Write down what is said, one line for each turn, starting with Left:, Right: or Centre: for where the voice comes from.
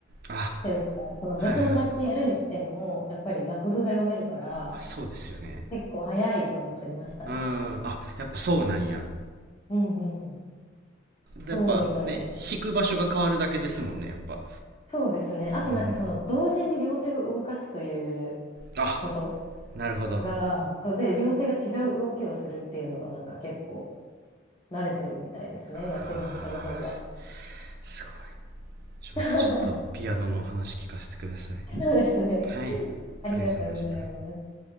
Right: あ
Left: というか、その別の楽器やるにしても、
Right: はいはい
Left: やっぱり楽譜が読めるから、
Right: あそうですよね
Left: 結構早いとは言ってましたね。
Right: うんあやっぱそうなんや
Left: うんうん。そうみたいです。
Right: やっぱね弾く場所が変わるだけですもんねやっぱ
Left: そうですね。あとなんかその同時に両手を動かすという
Right: うんあ
Left: こと
Right: なるほど
Left: が、そうで、両手が違う動きをするっていうのがなんか結構慣れてるみたいですね。やってる人の方が。
Right: あーすごいちょまたちょっとピアノのお話聞かせてください
Left: <laughs> そうですね。
Right: はいありがとうございました
Left: ありがとうございます。